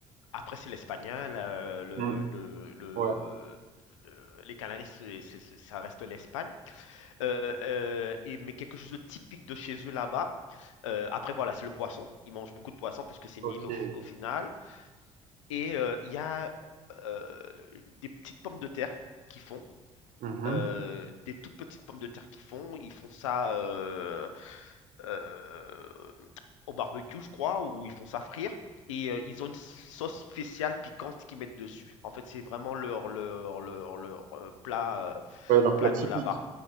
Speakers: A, on the left; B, on the right.
A: après, c'est l'espagnol. euh, le,
B: Mmh.
A: le- le-
B: Ouais,
A: le- les Canaries, c'est- c'est- c'est- ça reste l'Espagne. Euh, euh, et, mais quelque chose de typique de chez eux là-bas. euh, après, voilà, c'est le poisson. Ils mangent beaucoup de poisson puisque c'est une
B: OK.
A: île au, fi- au final. Et euh, il euh, y a euh, des petites pommes de terre qui font.
B: Mmh
A: euh, des toutes petites pommes de terre qui font, ils font ça euh, euh, au barbecue, je crois, ou ils font ça frire. Et euh, ils ont une sauce spéciale piquante qu'ils mettent dessus. En fait, c'est vraiment leur, leur, leur, leur euh, plat, euh,
B: Ouais, leur plat
A: plat
B: typique.
A: de là-bas.